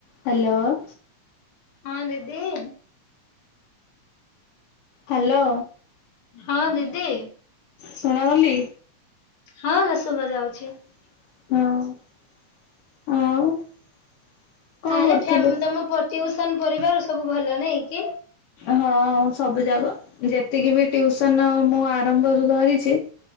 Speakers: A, on the left; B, on the left.
A: Hello
B: ହଁ ଦିଦି ଇ-ଇ
A: hello
B: ହଁ ଦିଦି
A: ଶୁଣା ଗଲି
B: ହଁ ବା ଶୁଭା ଯାଉଛି।
A: ହଁ <inaudible> ଆଉ କଣ
B: ତାହେଲେ
A: କରୁଥିଲୁ?
B: ଫ୍ୟାମ ତମ ପୁଅ ଟିଉସନ ପରିବାର ସବୁ ଭଲ ନାଇଁ କି?
A: ହଁ ସବୁ ଯାଗା ଯେତିକି ବି ଟଉସନ ମୁଁ ଆରମ୍ଭରୁ ଧରିଛି।